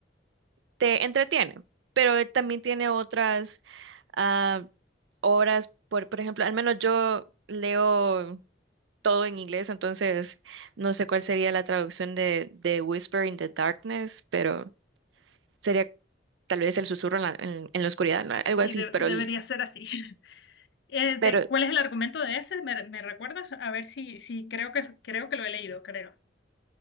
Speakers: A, on the right; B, on the left.
A: te entretiene, pero él también tiene otras ah, obras, por, por ejemplo, al menos yo leo todo en inglés, entonces no sé cuál sería la traducción de, de Whisper in the Darkness, pero sería tal vez el susurro en la, en- en la oscuridad, ¿no? algo
B: sí,
A: así,
B: de-
A: pero,
B: debería ser así. <laughs> Eh,
A: pero
B: de, ¿cuál es el argumento de ese? ¿Me, me recuerdas? A ver si, si creo que, creo que lo he leído, creo.